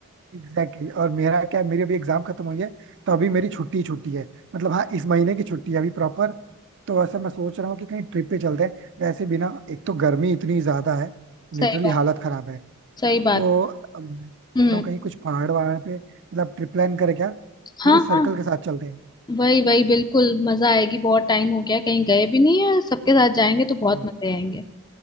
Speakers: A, on the right; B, on the left.
A: एग्जैक्टली और मेरा क्या है, मेरी अभी एग्जाम खत्म हुई है तो अभी मेरी छुट्टी छुट्टी है मतलब हाँ इस महीने की छुट्टी है अभी प्रॉपर तो वैसे मैं सोच रहा हूँ कि कहीं ट्रिप पे चलते हैं वैसे भी ना एक तो गर्मी इतनी ज्यादा है लिटरली
B: सही बात
A: हालत खराब है
B: सही बात
A: तो अब मैं सोच
B: हम्म
A: रहा हूँ कहीं कुछ पहाड़ वहाड़ पे मतलब ट्रिप प्लान करें क्या पूरे
B: हाँ
A: सर्कल
B: हाँ
A: के साथ चलते हैं
B: वही वही बिल्कुल मजा आएगी बहुत टाइम हो गया कहीं गए भी नहीं है सबके साथ जाएंगे तो बहुत
A: ठीक,
B: मजे आएंगे